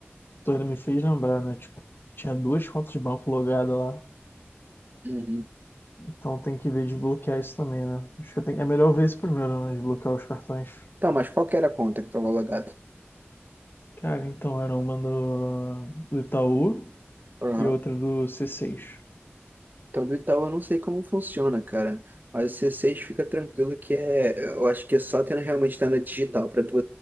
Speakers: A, on the left (about 55°); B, on the right (about 45°).
A: Tu ainda me fez lembrar, né? Tipo, tinha duas contas de banco logadas lá.
B: Uhum.
A: Então tem que ver de bloquear isso também, né? Acho que eu tenho- é melhor ver isso primeiro, né? De bloquear os cartões.
B: Então, mas qual que era a conta que estava logada?
A: Cara, então era uma do, do Itaú
B: Aham.
A: e outra do C6.
B: Então, do Itaú eu não sei como funciona, cara. Mas o C6 fica tranquilo que é. Eu acho que é só tendo realmente estar na digital pra tu,